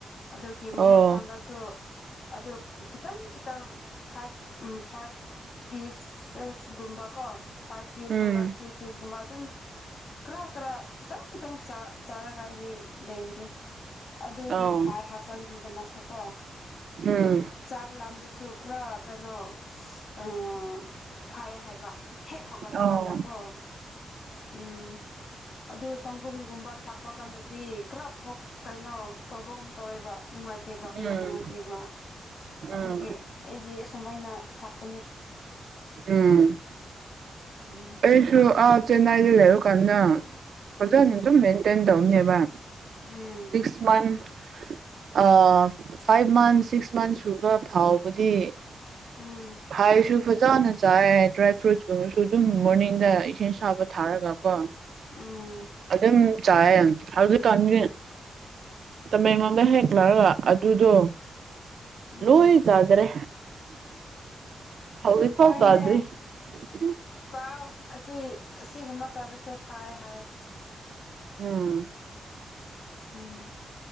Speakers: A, on the left; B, on the right.
A: ꯑꯗꯨꯒꯤ ꯃꯃꯟ
B: ꯑꯣ
A: ꯇꯥꯡꯔꯁꯨ ꯑꯗꯣ ꯈꯤꯇꯪ ꯈꯤꯇꯪ ꯐꯥꯏꯚ ꯐꯥꯏꯚ ꯄꯤꯁ ꯒꯨꯝꯕ ꯀꯣ ꯐꯥꯏꯚ ꯄꯤꯁ
B: ꯎꯝ
A: ꯀꯨꯝꯕ ꯊ꯭ꯔꯤ ꯄꯤꯁꯀꯨꯝꯕ ꯑꯗꯨꯝ ꯈꯔ ꯈꯔ ꯈꯤꯇꯪ ꯈꯤꯇꯪ ꯆꯥ ꯆꯥꯔꯒ ꯑꯩꯗꯤ ꯂꯩꯕꯅꯤ ꯑꯗꯨꯒꯤ
B: ꯑꯧ
A: ꯐꯥꯏ ꯍꯆꯥꯡꯒꯤꯗꯃꯛꯁꯨꯀꯣ
B: ꯎꯝ
A: ꯆꯥꯛ ꯂꯥꯝꯕꯁꯨ ꯈꯔ ꯀꯩꯅꯣ ꯑ ꯐꯩ ꯍꯥꯏꯕ ꯍꯦꯛ ꯍꯧꯒꯠꯄ
B: ꯑꯧ
A: ꯀꯥꯟꯗꯀꯣ ꯎꯝ ꯑꯗꯨ ꯁꯪꯒꯣꯝꯒꯨꯝꯕ ꯊꯥꯛꯄ ꯀꯥꯟꯗꯗꯤ ꯈꯔ ꯄꯨꯞ ꯀꯩꯅꯣ ꯇꯧꯕꯒꯨꯝ ꯇꯧꯋꯦꯕ ꯅꯨꯡꯉꯥꯏ ꯂꯩꯇꯦꯕ ꯀꯩꯌꯥ
B: ꯎꯝ
A: ꯅꯨꯡꯉꯥꯏꯇꯦꯕ ꯑꯗꯨꯒꯤ
B: ꯎꯝ
A: ꯑꯩꯗꯤ ꯑꯁꯨꯃꯥꯏꯅ ꯊꯛꯄꯅꯤ
B: ꯎꯝ
A: ꯎꯝ
B: ꯑꯩꯁꯨ ꯑꯥ ꯆꯦꯟꯅꯥꯏꯗ ꯂꯩꯔꯨꯀꯥꯟꯗ ꯐꯖꯅ
A: ꯎꯝ
B: ꯑꯗꯨꯝ ꯃꯦꯟꯇꯦꯟ ꯇꯧꯅꯦꯕ
A: ꯎꯝ
B: ꯁꯤ ꯃꯟ ꯐꯥꯏꯚ ꯃꯟ ꯁꯤꯛꯁ ꯃꯟꯁ ꯁꯨꯕ ꯐꯥꯎꯕꯗꯤ
A: ꯎꯝ
B: ꯐꯥꯏꯁꯨ ꯐꯖꯥꯅ ꯆꯥꯏ ꯗ꯭ꯔꯥꯏ ꯐ꯭ꯔꯨꯏꯠꯁꯀꯨꯝꯕꯁꯨ ꯑꯗꯨꯝ ꯃꯣꯔꯅꯤꯡꯗ ꯏ ꯁꯥꯕ ꯊꯥꯔꯒ ꯀꯣ
A: ꯎꯝ
B: ꯑꯗꯨ ꯆ ꯀꯟ ꯇꯃꯦꯡꯂꯣꯡꯗ ꯍꯦꯛ ꯂꯥꯛꯔꯒ ꯑꯗꯨꯗꯣ
A: ꯎꯝ
B: ꯂꯣꯏ ꯆꯥꯗ꯭ꯔꯦ ꯍꯧꯖꯤꯛꯐꯥꯎ
A: ꯍꯣꯏꯅꯦ
B: ꯆꯥꯗ꯭ꯔꯤ ꯍꯨꯝ
A: ꯆꯥꯎ ꯑꯁꯤ ꯑꯁꯤꯒꯨꯝꯕ ꯆꯥꯕꯁꯦ ꯐꯩ ꯍꯥꯏꯌꯦ
B: ꯎꯝ
A: ꯎꯝ